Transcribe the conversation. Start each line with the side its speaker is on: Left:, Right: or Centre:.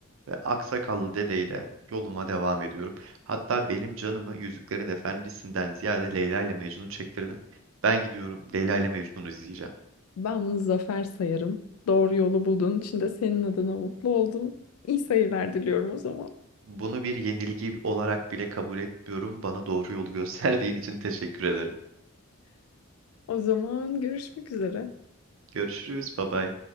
Right: ve aksakallı dedeyle yoluma devam ediyorum. Hatta benim canımı Yüzüklerin Efendisi'nden ziyade Leyla ile Mecnun çektirdin. Ben gidiyorum Leyla ile Mecnun'u izleyeceğim.
Left: Ben bunu zafer sayarım. Doğru yolu bulduğun için de senin adına mutlu oldum. İyi seyirler diliyorum o zaman.
Right: Bunu bir yenilgi olarak bile kabul etmiyorum. Bana doğru yolu gösterdiğin için teşekkür ederim.
Left: O zaman görüşmek üzere.
Right: Görüşürüz. Bye bye.